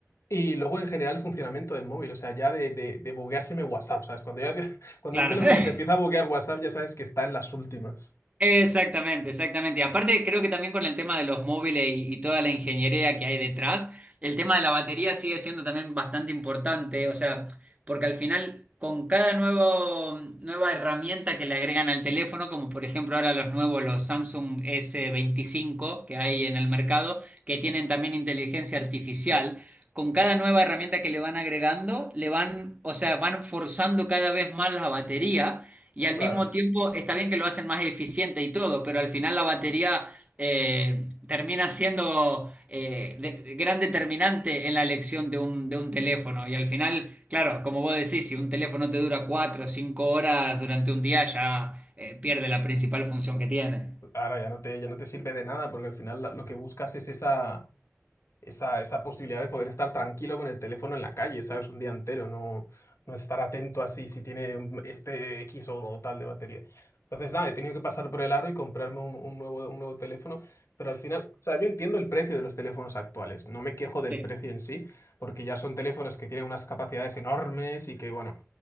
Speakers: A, on the left (about 75°); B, on the right (about 30°).
A: Y luego en general el funcionamiento del móvil, o sea, ya de, de, de bugueárseme WhatsApp, ¿sabes? Cuando, ya te- <laughs> cuando
B: claro.
A: un teléfono
B: <laughs>
A: se te empieza a buguear WhatsApp, ya sabes que está en las últimas.
B: Exactamente, exactamente. Y aparte, creo que también con el tema de los móviles y, y toda la ingeniería que hay detrás, el tema de la batería sigue siendo también bastante importante, o sea, porque al final, con cada nuevo, nueva herramienta que le agregan al teléfono, como por ejemplo ahora los nuevos, los Samsung s veinticinco que hay en el mercado, que tienen también inteligencia artificial, con cada nueva herramienta que le van agregando, le van, o sea, van forzando cada vez más la batería. Y al
A: Claro,
B: mismo tiempo está bien que lo hacen más eficiente y todo, pero al final la batería eh, termina siendo eh, de- gran determinante en la elección de un, de un teléfono. Y al final, claro, como vos decís, si un teléfono te dura cuatro o cinco horas durante un día, ya eh, pierde la principal función que tiene.
A: ahora ya no te, ya no te sirve de nada porque al final la- lo que buscas es esa, esa, esa posibilidad de poder estar tranquilo con el teléfono en la calle, ¿sabes? Un día entero, no, no estar atento así si si tiene un- este X o o tal de batería. Entonces, nada, he tenido que pasar por el aro y comprarme un, un nuevo, un nuevo teléfono, pero al final, o sea, yo entiendo el precio de los teléfonos actuales, no me quejo del
B: Sí.
A: precio en sí, porque ya son teléfonos que tienen unas capacidades enormes y que, bueno,